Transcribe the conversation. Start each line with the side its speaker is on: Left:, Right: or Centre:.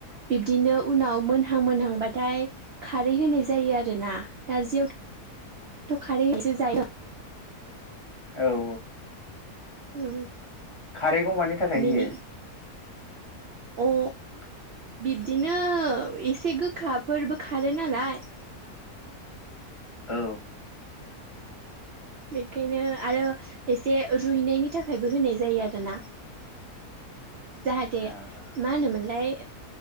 Right: बिब्दिनो उनाव मोनहां मोनहांबाथाय खारै होनाय जायो आरोना नारजियावथ' खारैसो जायो
Left: औ औ
Right: <unintelligible>
Left: खारैखौ मानि थाखाय
Right: बेनि
Left: होयो?
Right: अ
Left: औ
Right: बिब्दिनो एसे गोखाफोरबो खारो नालाय।
Left: औ
Right: बेखायनो आरो एसे रुइनायनि थाखायबो होनाय जायो आरोना।
Left: <inaudible>
Right: जाहाथे
Left: ओ
Right: मा होनोमोनलाय